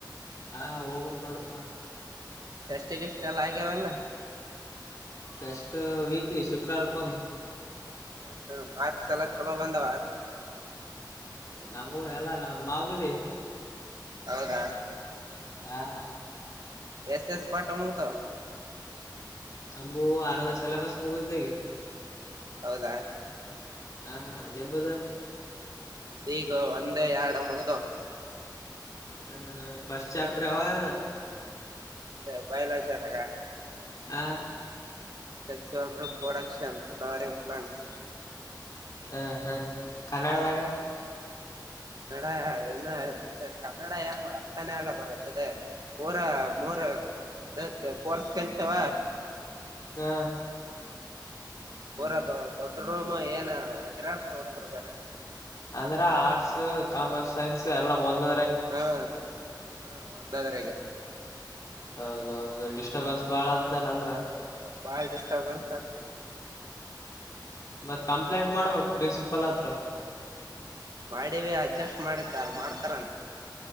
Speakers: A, on the left; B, on the right.
A: ಹ ಹೋಬಕ್ ನೋಡಪ್ಪಾ
B: ಟೆಷ್ಟಗಿಷ್ಟ ಎಲ್ಲ ಆಗ್ಯವೆಲ್ಲ?
A: ಟೆಸ್ಟ್ ವೀಕ್ಲಿ ಶುಕ್ರಾರ ಕೊಮ್
B: ಹ್ಮ್ ಹ್ಮ್ ಮಾರ್ಕ್ಸ್ ಎಲ್ಲ ಚಲೋ ಬಂದವಾ?
A: ನಮ್ಮೂ ಎಲ್ಲ ನ ಮಾಮೂಲಿ
B: ಹೌದಾ
A: ಹಾ
B: ಎಸ್ ಎಸ್ ಪಾಠ ಮುಗದವ?
A: ನಂಬು ಆರದ ಸೆಲೆಬಸ್ ಮುಗ್ದಗಿ
B: ಹೌದಾ
A: ಹಾ ನಿಂಬದ
B: ನಮ್ದ ಈಗ ಒಂದ ಎರಡು ಮುಗ್ದವ್
A: ಹ್ಮ್ ಹ ಫರ್ಸ್ಟ್ ಚಾಪ್ಟರ್ ಯಾವ ಯ
B: ಅದೇ ಬಯಲು ವಚದಾಗ.
A: ಹಾ
B: sexual reproduction flowering plants
A: ಹ್ಮ ಹ್ಮ್ ಕನ್ನಡದಾಗ
B: ಕನ್ನಡ ಇನ್ನ ಕನ್ನಡ ಏ ಅರ್ಥನೇ ಆಗಲ್ವ ಅದೆ ಊರ ಮೂರ ಇದ ಕೋರ್ಸ್ ಕಲ್ತೇವ
A: ಹಾ
B: ಪೂರ ದೊ ದೊಡ್ಡ ರೂಮ ಏನ ಒದ್ರಾಡ್ತವ ಹುಡುಗರು ಬೇರೆ
A: ಅಂದ್ರ ಆರ್ಟ್ಸ್ ಕಾಮರ್ಸ್ ಸೈನ್ಸ್ ಎಲ್ಲಾ ಮೊಂದ
B: ಹ್ಮ ಒ ಹ ಒನ್ ದದರೆಗೆ
A: ಹೌದೌದು ಡಿಸ್ಟರ್ಬೆನ್ಸ್ ಬಾಳ ಅತ್ತೇನಂದ್ರ
B: ಬಾಳ ಡಿಸ್ಟರ್ಬನ್ಸ್ ಆತ್ತ್
A: ಮತ್ತ್ ಕಂಪ್ಲೇಂಟ್ ಮಾಡ್ಬೇಕ್ ಪ್ರಿನ್ಸಿಪಲ್ ಹತ್ರ.
B: ಮಾಡಿವ ಅಡ್ಜಸ್ಟ್ ಮಾಡ್ಕ ಮಾಡ್ತಾರನ್